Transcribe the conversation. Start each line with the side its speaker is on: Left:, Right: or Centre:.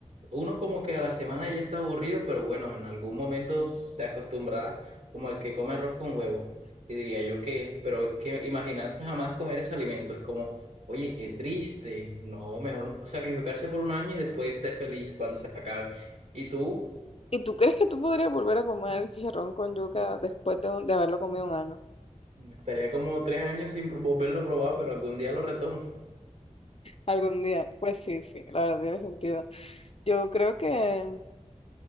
Right: Uno como que a la semana ya está aburrido, pero bueno, en algún momento se acostumbrará como el que come arroz con huevo, y diría yo que, pero es que imaginar jamás comer ese alimento es como... Oye, qué triste. No, mejor sacrificarse por un año y después ser feliz cuando se acabe. ¿Y tú?
Left: ¿Y tú crees que tú podrías volver a comer el chicharrón con yuca después de, un- de haberlo comido un año?
Right: Estaría como tres años sin volverlo a probar, pero algún día lo retomo.
Left: Algún día. Pues sí, sí, la verdad tiene sentido. Yo creo que,